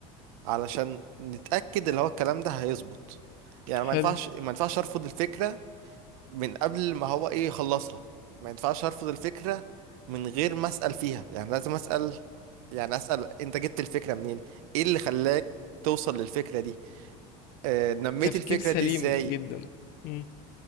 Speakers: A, on the right (about 80°); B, on the left (about 55°).
A: علشان نتأكد اللي هو الكلام ده هيظبط يعني ما
B: حلو
A: ينفعش ما ينفعش ارفض الفكرة من قبل ما هو ايه يخلصها ما ينفعش ارفض الفكرة من غير ما اسأل فيها يعني لازم اسأل يعني اسأل انت جبت الفكرة منين ايه اللي خلاك توصل للفكرة دي آه نميت
B: تفكير
A: الفكرة
B: سليم
A: دي ازاي
B: جدا مم.